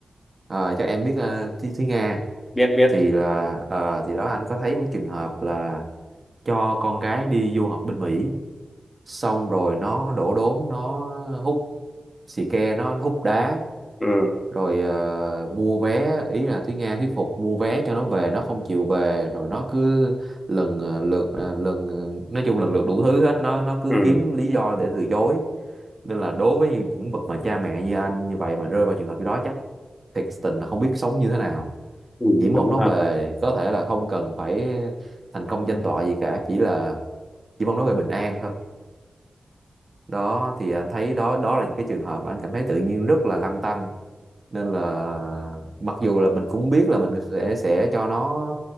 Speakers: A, on the right; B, on the left.
A: Ờ, chắc em biết à, Thúy, Thúy Nga
B: biết biết
A: thì là à, thì đó anh có thấy một trường hợp là cho con gái đi du học bên Mỹ xong rồi nó đổ đốn nó hút xì ke nó hút đá
B: ừ,
A: rồi ờ, mua vé ý là Thúy Nga thuyết phục mua vé cho nó về nó không chịu về rồi nó cứ lần ờ, lượt ờ, lần ờ, nói chung lần lượt đủ thứ hết nó nó cứ
B: ừ,
A: kiếm lý do để từ chối nên là đối với những bậc mà cha mẹ như anh như vậy mà rơi vào trường hợp như đó chắc thiệt tình là không biết sống như thế nào
B: ừ,
A: chỉ mong
B: đúng
A: nó
B: ha
A: về có thể là không cần phải thành công danh tọa gì cả chỉ là chỉ mong nó về bình an thôi đó thì anh thấy đó đó là những cái trường hợp mà anh cảm thấy tự nhiên rất là lăn tăn nên là mặc dù là mình cũng biết là mình sẽ sẽ cho nó